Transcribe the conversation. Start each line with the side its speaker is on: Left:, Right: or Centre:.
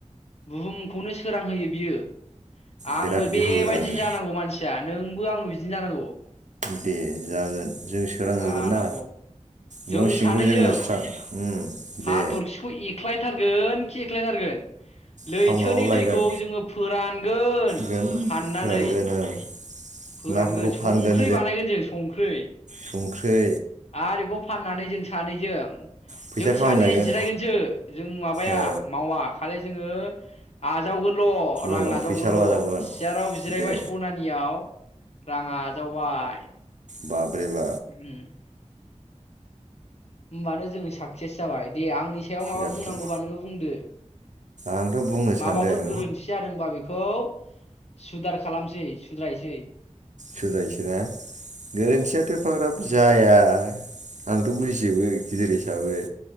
Left: बुहुमखौनो सोरां होयो बियो। आंबो
Right: बिराद गोहो
Left: बेबायदिनो
Right: गोरा मोनो
Left: जानांगौ मानसिया नोंबो आं औ बिदिनो जानांगौ
Right: दे जागोन जों सोरां
Left: सालाखौ
Right: होगोन ना न'
Left: जों
Right: सिंखौ
Left: सानैजों
Right: जोङो स्रां उम
Left: हाथरखिखौ
Right: दे
Left: एख्लायथारगोन खि एख्लायथारगोन लैथोनि
Right: खावनाबाबो लायगोन
Left: दैखौ जोङो फोरानगोन
Right: गोन
Left: हाननानै
Right: फोरानगोन ओं
Left: फोरानगोन
Right: नाफोरखौ
Left: संख्रै
Right: फानगोन
Left: बानायगोन जों संख्रै
Right: संख्रै
Left: आरो बेखौ फाननानै सानैजों
Right: फैसा
Left: जों
Right: खामायनो
Left: सानैया
Right: लायगोन
Left: जिरायगोनसो जों माबाया
Right: औ
Left: मावा खालि जोङो आजावगोन ल रां
Right: उनाव
Left: आजावगोनल
Right: फैसाल' आजावगोन
Left: सियाराव जिरायबाय
Right: दे
Left: सनानियाव राङा आजावबाय
Right: बाफरे बा
Left: उम होमबानो जों साक्सेस जाबाय दे आंनि सायाव माबा
Right: जाफुंसार
Left: बुंनांगौबा नोङो बुंदो
Right: आंथ' बुंनो
Left: माबाफोर
Right: सानदों
Left: गोरोन्थि जादोंबा बेखौ खौ सुदार खालामसै सुद्रायसै
Right: सुद्रायनोसै ना गोरोन्थियाथ
Left: औ
Right: एफाग्राब जाया आंथ बुजिजोबो गिदिर हिसाबै